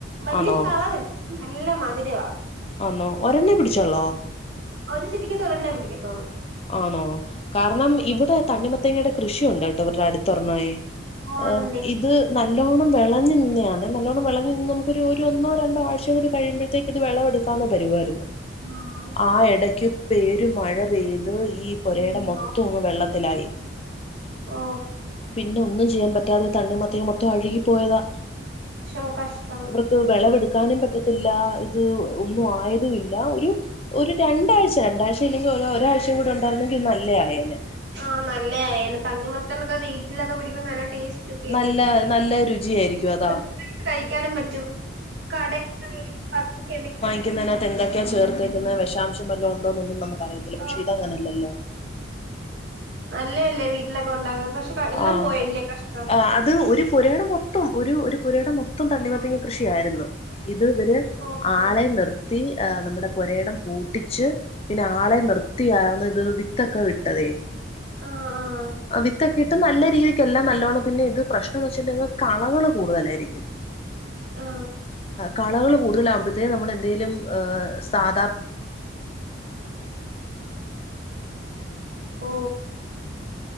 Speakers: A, on the right (about 65°); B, on the left (about 30°).
A: വലിയ
B: ആണോ
A: കളറല്ല നല്ല മധുരവാ
B: ആന്നോ ഒരെണ്ണ പിടിച്ചോളോ
A: ഒരു <unintelligible> പിടിക്കത്തോളൂ
B: ആണോ കാരണം
A: ആഹ്
B: ഇവിടെ തണ്ണിമത്തങ്ങയുടെ കൃഷിയുണ്ട് കേട്ടോ ഇവരുടെ അടുത്തൊർണ്
A: ഓ ആണല്ലേ
B: ആഹ ഇത് നല്ലോണ്ണം വിളഞ്ഞ നിന്നതാണ് നല്ലണ്ണം വിളഞ്ഞ നിന്ന് നമുക്ക് ഒരു ഒരു ഒന്നോ രണ്ടോ ആഴ്ചയും കൂടി കഴിയുമ്പഴത്തേക്ക് ഇത് വെളം <unintelligible> എടുക്കാന്ന പരികായിരുന്നു
A: ഉം <unintelligible>
B: ആ എടയ്ക്ക് പേരു മഴ പെയ്ത് ഈ പൊരയുടെ
A: അയ്യോ.
B: മൊത്തം ഒന്ന് വെള്ളത്തിലായി
A: ഓ
B: പിന്നെ ഒന്നും ചെയ്യാൻ പറ്റാതെ തണ്ണി മത്തേ മൊത്തം അഴുകി പോയതാ
A: ശഷോ കഷ്ടം
B: അവർക്ക് വിളവെടുക്കാനും പറ്റത്തില്ല ഇത് ഒന്നും ആയതുംല്ല ഒരു ഒരു രണ്ടാഴ്ച രണ്ടാഴ്ച ഇല്ലെങ്കിൽ ഒരാഴ്ചയും കൂടി ഉണ്ടായിരുന്നെങ്കിൽ ഇത് നല്ല ആയായേന്
A: ആഹ് നല്ലെ തണ്ണിമത്തൻ ഒക്കെ വീട്ടിലൊക്കെ പിടിക്ക്പോ നല്ല ടേസ്റ്റ് <unintelligible>
B: നല്ല നല്ല രുചിയായിരിക്കും അതാ
A: നമുക്ക് കഴിക്കാനും പറ്റും കടന്ന് മേടിക്കുന്നത് കെമിക്കൽ ഒക്കെ
B: അതിനകത്ത് എന്തൊക്കെയാ ചേർത്തേക്കുന്ന വിഷാംശം എല്ലോ ഉണ്ടോന്നൊന്നും നമുക്ക് അറിയത്തില്ലക്ഷെ
A: ആ
B: ഇ അങ്ങനെയല്ലോ
A: നല്ലയല്ലേ വീട്ടിലൊക്കെ ഉണ്ടാകുന്നത് പക്ഷെ ക എല്ലാം
B: ആ
A: പോയല്ലേ കഷ്ടം
B: ആ അത് ഒരു പുരയിടം മൊത്തം മൊത്തം ഒരു ഒരു പുരയുടെ മൊത്തം തണ്ണിമത്തങ്ങ കൃഷിയായിരുന്നു ഇത് ഇവര്
A: ഓ
B: ആളെ
A: ഓ
B: നിർത്തി ആ നമ്മുടെ പൊരയിടം പൂട്ടിച്ച് പിന്നെ ആളെ നിർത്തിയാണ് ഇത് വിത്തൊക്കെ വിട്ടത്
A: ആ ആഹ
B: വിത്തൊക്കെഇട്ട് നല്ല രീതിക്കെല്ലാം നല്ലോണം പിന്നെ ഇത് പ്രശ്നംന്ന് വെച്ചിട്ടുള്ളെ കളകള് കൂടുതലായിരിക്കും
A: ആ
B: കളകള് കൂടുതലവുമ്പഴ്തേ നമ്മുടെ എന്തെലും ഏ സാധാരണ
A: ഓ